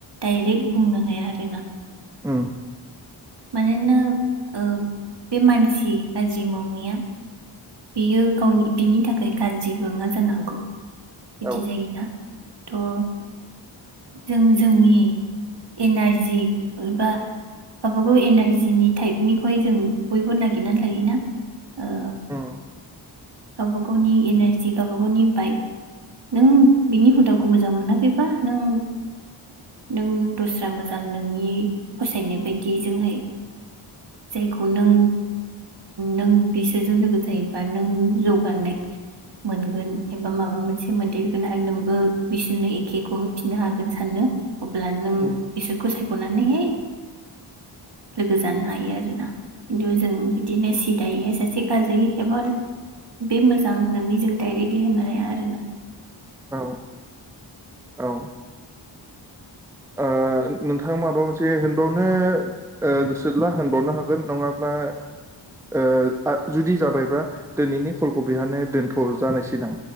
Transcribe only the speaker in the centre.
उम
औ
औ
उम
औ औ ओ नोंथाङा माबा मोनसे होनबावनो ओ गोसोब्ला होनबावनो हागोन नङाब्ला ओ जुदि जाबायबा दोनैनि कलखौ बेहायनो दोनथ' जानिसै दां